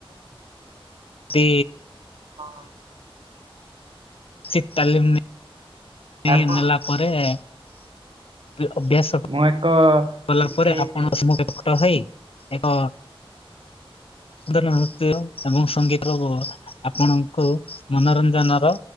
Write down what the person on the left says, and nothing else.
ଚି
ଶୀ ତାଲିମି
ନେଲା ପରେ ଅଭ୍ୟାସ
କଲା
ପରେ ଆପଣ ସମଟ ହେଇ ଏକ ସୁନ୍ଦର ନୃତ୍ୟ ଏବଂ ସଙ୍ଗୀତ ଆପଣଙ୍କୁ ମନୋରଞ୍ଜନର